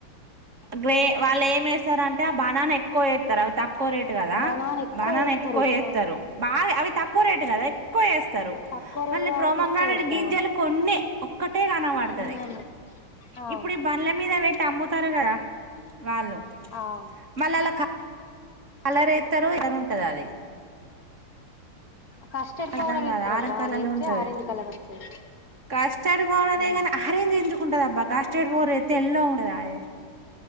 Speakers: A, on the right; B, on the left.
A: గ్రే వాళ్ళు ఏమి వేస్తారంటే ఆ బనానా ఎక్కువ అవి తక్కువ రేట్ కదా
B: బనానా ఎక్కువ
A: బనాన
B: ఏత్తరు
A: ఎక్కువ వేస్తరు
B: ఆ
A: బాగా అవి తక్కువ రేట్ గద ఎక్కుఎస్ స్తారు
B: తక్కువ రేటు
A: మళ్ళీ
B: కాబట్టి
A: ప్రోమోగ్రానేైడ్
B: ఎక్కువ ఏత్తరు
A: గింజలు
B: అవును
A: కొన్ని ఒక్కటే కనబడతది
B: గిన్నెల్నే అవును
A: ఇప్పుడు ఈ బండ్ల మీద పెట్టి అమ్ముతారు కదా వాళ్ళు
B: అవును
A: మళ్ళీ అలా కలరేత్తరో ఎర్రగ ఉంటది అది
B: కస్టర్డ్
A: అర్థం
B: పౌడర్ ఏతరబ్బా
A: కాదు ఆరెంజ్ కలర్
B: అదేత్తే
A: లో ఉంటది
B: ఆరెంజ్ కలర్ వస్తది
A: కస్టర్డ్ పౌడరే
B: ఆ
A: కాని ఆరేంజ్ ఎందుకుటందబ్బ ర్డ్ పౌడర్ ఎత్తే ఎల్లో ఉండదయె